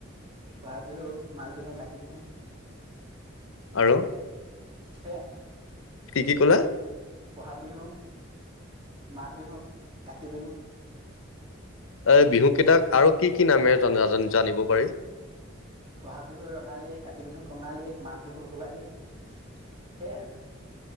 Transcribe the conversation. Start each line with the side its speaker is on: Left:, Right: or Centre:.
Right: ব'হাগ বিহু, মাঘ বিহু, কাতি বিহু।
Left: আৰু?
Right: সেয়াই।
Left: কি কি ক'লা?
Right: ব'হাগ বিহু, মাঘ বিহু, কাতি বিহু।
Left: এই বিহুকিটাক আৰু কি কি নামে জনা জান-জানিব পাৰি?
Right: ব'হাগ বিহু ৰঙালী, কাতি বিহুক কঙালী, মাঘ বিহু ভোগালী, সেই আৰু।